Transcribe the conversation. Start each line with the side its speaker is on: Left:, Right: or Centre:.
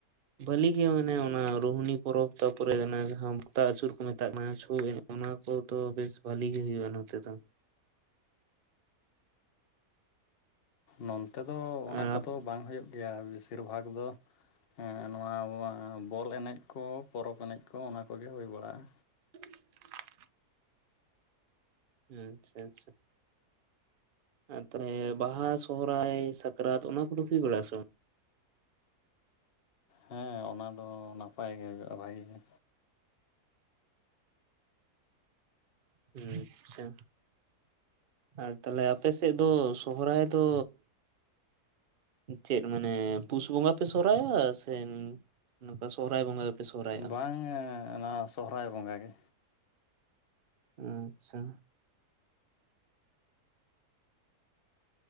Right: ᱵᱷᱟᱹᱞᱤ ᱜᱮᱭᱟ ᱢᱟᱱᱮ ᱚᱱᱮ ᱚᱱᱟ ᱨᱩᱦᱱᱤ ᱯᱚᱨᱚᱵᱽ ᱛᱟᱨᱯᱚᱨᱮ ᱡᱟᱦᱟᱸ ᱯᱚᱛᱟᱣ ᱟᱹᱪᱩᱨ ᱠᱚ ᱢᱮᱛᱟᱜ ᱠᱟᱱᱟ ᱪᱷᱳᱮᱱᱮᱡ ᱚᱱᱟ ᱠᱚᱫᱚ ᱵᱮᱥ ᱵᱷᱟᱞᱤ ᱜᱮ ᱦᱩᱭᱩᱜᱼᱟ ᱱᱚᱛᱮ ᱫᱚ
Left: ᱱᱚᱱᱛᱮ ᱫᱚ
Right: ᱟᱨ
Left: ᱚᱱᱟ ᱠᱚᱫᱚ ᱵᱟᱝ ᱦᱩᱭᱩᱜ ᱜᱮᱭᱟ ᱵᱮᱥᱤᱨ ᱵᱷᱟᱜᱽ ᱫᱚ ᱱᱚᱣᱟ ᱵᱚᱞ ᱮᱱᱮᱡ ᱠᱚ ᱯᱚᱨᱚᱵᱽ ᱮᱱᱮᱡ ᱠᱚ ᱚᱱᱟ ᱠᱚᱜᱮ ᱦᱩᱭ ᱵᱟᱲᱟᱜᱼᱟ
Right: ᱻ ᱦᱩᱸ ᱟᱪᱪᱷᱟ ᱟᱪᱪᱷᱟ ᱟᱨ ᱛᱟᱦᱚᱞᱮ ᱵᱟᱦᱟ ᱥᱚᱦᱚᱨᱟᱭ ᱥᱟᱠᱨᱟᱛ ᱚᱱᱟ ᱠᱚᱫᱚ ᱦᱩᱭ ᱵᱟᱲᱟᱜ ᱟ ᱥᱮ ᱵᱟᱝ
Left: ᱦᱚᱸ ᱚᱱᱟ ᱫᱚ ᱱᱟᱯᱟᱭ ᱜᱮ ᱦᱩᱭᱩᱜᱼᱟ ᱵᱷᱟᱜᱤ ᱜᱮ
Right: ᱟᱪᱪᱷᱟ ᱟᱨ ᱛᱟᱦᱞᱮ ᱟᱯᱮ ᱥᱮᱫ ᱫᱚ ᱥᱚᱦᱨᱟᱭ ᱫᱚ ᱪᱮᱫ ᱢᱟᱱᱮ ᱯᱩᱥ ᱵᱚᱸᱜᱟ ᱯᱮ ᱥᱚᱦᱨᱟᱭᱚᱜ ᱟ ᱥᱮ ᱱᱚᱝᱠᱟ ᱥᱚᱦᱨᱟᱭ ᱵᱚᱸᱜᱟ ᱥᱚᱦᱨᱟᱭᱚᱜᱼᱟ
Left: ᱵᱟᱝ ᱱᱚᱣᱟ ᱥᱚᱦᱨᱟᱭ ᱵᱚᱸᱜᱟ ᱜᱮ
Right: ᱟᱪᱪᱷᱟ